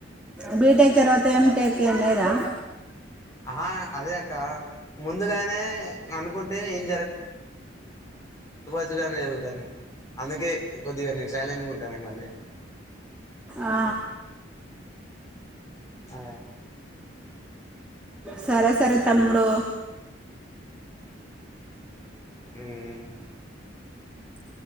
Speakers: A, in the centre; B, on the left.
A: బిటెక్ తర్వాత ఎ టెక్ లేదా
B: ఆహా అదే అక్క ముందుగానే అనుకుంటే ఏం గా జరుగుతాను అందుకే కొద్దిగా నేను సైలెంట్గా ఉంటాను ఈ మధ్య
A: ఆ
B: ఆ
A: సరే సరే తమ్ముడు
B: ఉమ్